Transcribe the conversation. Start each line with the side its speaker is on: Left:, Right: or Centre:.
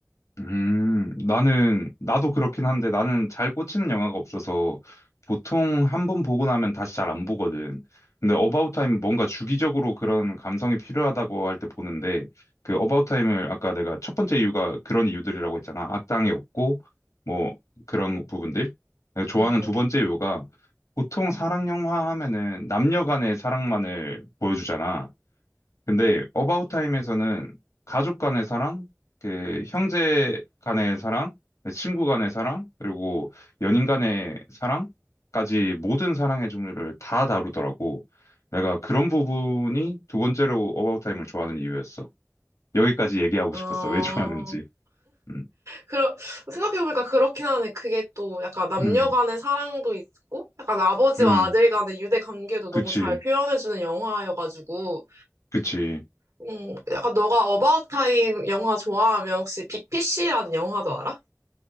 Left: 음, 나는, 나도 그렇긴 한데 나는 잘 꽂히는 영화가 없어서 보통 한 번 보고 나면 다시 잘 안 보거든. 근데 어바웃 타임 뭔가 주기적으로 그런 감성이 필요하다고 할 때 보는데 그 어바웃 타임을 아까 내가 첫 번째 이유가 그런 이유들이라고 했잖아. 악당이 없고 뭐 그런 부분들. 내가 좋아하는
Right: 음.
Left: 두 번째 이유가 보통 사랑 영화 하면은 남녀 간의 사랑만을 보여주잖아. 근데 어바웃 타임에서는 가족 간의 사랑, 그 형제 간의 사랑, 친구 간의 사랑, 그리고 연인 간의 사랑까지 모든 사랑의 종류를 다 다루더라고. 내가 그런 부분이 두 번째로 어바웃 타임을 좋아하는 이유였어. 여기까지 얘기하고
Right: 어...
Left: 싶었어. 왜 좋아하는지. 음,
Right: 그러, 생각해보니까 그렇긴 하네. 그게 또 약간 남녀
Left: 음,
Right: 간의 사랑도 있고, 약간 아버지와
Left: 음,
Right: 아들 간의 유대 관계도
Left: 그치,
Right: 너무 잘 표현해주는 영화여가지고,
Left: 그치.
Right: 음, 약간 너가 어바웃 타임 영화 좋아하면 혹시 BPC라는 영화도 알아?